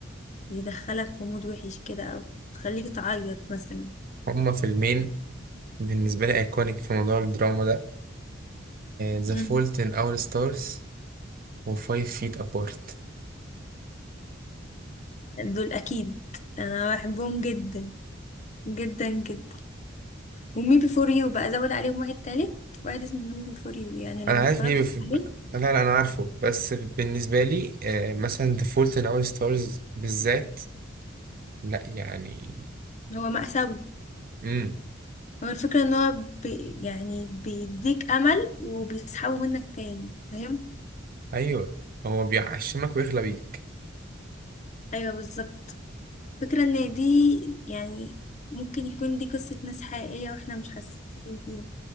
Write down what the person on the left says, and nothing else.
يدخلك في مود وحش كده او تخليك تعيط مثلا
امم
دول اكيد انا بحبهم جدا جدا جدا ومي بي فور يو بقى زود عليهم واحد تالت واحد اسمه مي بي فور يو يعني لو
ما
اتفرجتش
عليه
هو مأساوي
هو الفكرة ان هو بي يعني بيديك امل وبيسحبه منك تاني فاهم
ايوه بالظبط فكرة ان دي يعني ممكن يكون دي قصة ناس حقيقية واحنا مش حاسين فيهم